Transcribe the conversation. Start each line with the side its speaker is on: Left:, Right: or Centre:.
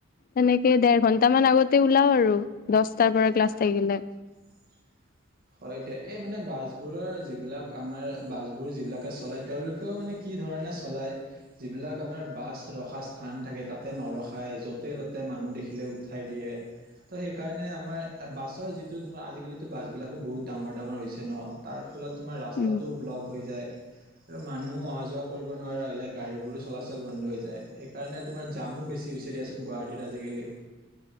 Left: তেনেকে দেৰ ঘন্টামান আগতে ওলাও আৰু দছটাৰ পৰা ক্লাছ থাকিলে।
Right: <inaudible> হয় দিয় এই মানে বাছ বোৰৰ যিবিলাক আমাৰ বাছ বোৰ যিবিলাকে চলাই তেওঁলোকেও মানে কি। যি ধৰণে চলাই যিবিলাক আমাৰ বাছ ৰখা স্থান থাকে তাতে নৰখাই য'তে' তটে ম মানুদেখিলোঁ উঠায় দিয়ে ত সেইকাৰণে আমাৰ বাছৰ যিটো তোমাৰ আজি কালি এইবিলাকো বহুত ডাঙৰ ডাঙৰ হৈছে ন তাৰ ফলত তোমাৰ ৰাস্তাটোও
Left: উম
Right: ব্লক হৈ যায়। আৰু মানুহো অহা যোৱা কৰিব নোৱাৰা হৈ যায় গাড়ীবোৰো চলাচল বন্ধ হৈ যায় সেইকাৰণে তোমাৰ জাম মোৰ বেছি হৈছে দিয়াচোন গুৱাহাটীত আজিকালি